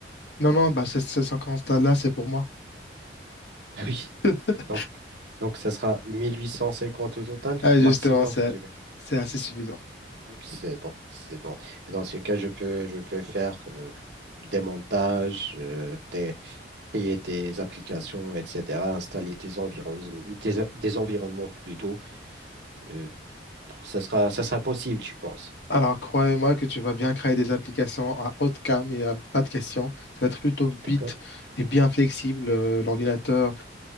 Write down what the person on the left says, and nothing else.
Non, non, bah, ces ces 50 là, c'est pour moi.
<laughs>
Ah,
justement,
c'est
c'est assez suffisant.
Alors, croyez-moi que tu vas bien créer des applications à haute cam et à pas de question. Ça va être plutôt vite
et bien flexible. euh, L'ordinateur